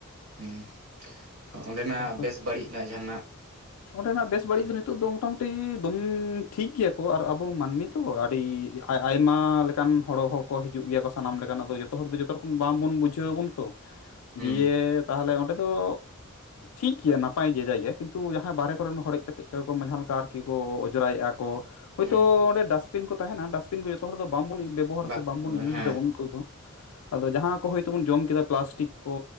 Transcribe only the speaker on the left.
ᱛᱟᱨᱯᱚᱨ
ᱚᱸᱰᱮᱱᱟᱜ ᱵᱮᱥ ᱵᱟᱹᱲᱤᱡ
ᱫᱚ ᱱᱤᱛᱚᱜ ᱫᱚ ᱢᱳᱚᱴᱟᱢᱩᱴᱤ ᱫᱚᱢ ᱴᱷᱤᱠ ᱜᱮᱭᱟ ᱠᱚ ᱟᱨ ᱟᱵᱚ ᱢᱟᱹᱱᱢᱤ ᱛᱚ ᱟᱹᱰᱤ ᱟᱭᱢᱟ ᱞᱮᱠᱟᱱ ᱦᱚᱲᱚ ᱦᱚᱸᱠᱚ ᱦᱤᱡᱩᱜ ᱜᱮᱭᱟ ᱠᱚ ᱥᱟᱱᱟ ᱞᱮᱠᱟᱱ ᱟᱫᱚ ᱡᱚᱛᱚ ᱦᱚᱲ ᱫᱚ ᱡᱚᱛᱚ ᱨᱚᱠᱚᱢ ᱵᱟᱝᱵᱚᱱ ᱵᱩᱡᱷᱟᱹᱣ ᱵᱚᱱ ᱥᱚ
ᱫᱤᱭᱮ ᱛᱟᱦᱚᱞᱮ ᱚᱸᱰᱮ ᱫᱚ ᱴᱷᱤᱠᱜᱮᱭᱟ ᱱᱟᱯᱟᱭ ᱜᱮᱭᱟ ᱡᱟᱭᱜᱟ ᱠᱤᱱᱛᱩ ᱡᱟᱦᱟᱸᱭ ᱵᱟᱨᱦᱮ ᱠᱚᱨᱮᱱ ᱦᱚᱲ ᱦᱮᱡ ᱠᱟᱛᱮᱜ, <unintelligible> ᱠᱚ ᱢᱟᱡᱷᱟ ᱞᱮᱠᱟ ᱟᱨᱠᱤ ᱠᱚ ᱚᱸᱡᱨᱟᱭᱮᱫᱼᱟ ᱠᱚ ᱦᱳᱭᱛᱳ
ᱚᱸᱰᱮ ᱰᱟᱥᱵᱤᱱ ᱠᱚ ᱛᱟᱦᱮᱱᱟ ᱰᱟᱥᱵᱤᱱ ᱠᱚ ᱡᱚᱛᱚ ᱦᱚᱲ ᱫᱚ ᱵᱟᱝᱵᱚᱱ ᱵᱮᱵᱚᱦᱟᱨᱟ
ᱥᱮ ᱵᱟᱝᱵᱚᱱ ᱤᱭᱩᱡᱽ
ᱮᱫᱟ ᱱᱤᱛᱚᱜ ᱫᱚ ᱟᱫᱚ ᱡᱟᱦᱟᱸ, ᱟᱠᱚ ᱦᱳᱭᱛᱳ ᱵᱚᱱ ᱡᱚᱢ ᱠᱮᱫᱟ ᱯᱞᱟᱥᱴᱤᱠ ᱠᱚ